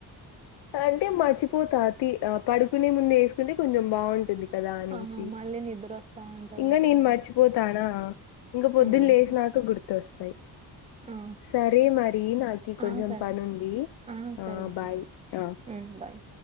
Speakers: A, on the left; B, on the right.
A: అంటే మర్చిపోతా తీ పడుకునే ముందు ఏసుకుంటే కొంచం బాగుంటుంది కదా అనేసి
B: ఆహా మళ్ళీ నిద్రొస్తా ఉంటది
A: ఇంగ
B: ఎక్కువ
A: నేను మర్చిపోతానా ఇంగ పొద్దున్న
B: హ్మ్
A: లేష్నాక గుర్తొస్ త్తె
B: ఆ
A: సరే మరి నాకి
B: ఆ
A: కొంచం
B: సరే
A: పనుంది
B: ఆ
A: ఆ
B: సరే
A: బాయ్ ఆ
B: ఉమ్ బాయ్